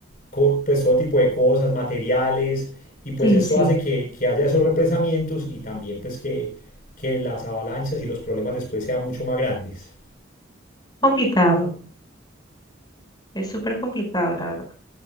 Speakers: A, on the left (about 45°); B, on the left (about 20°).
A: co- pues todo tipo de cosas, materiales, y pues
B: Sí,
A: esto
B: sí.
A: hace que, que haya esos represamientos y también pues que, que las avalanchas y los problemas después sean mucho más grandes.
B: Complicado. Es súper complicado, la verdad.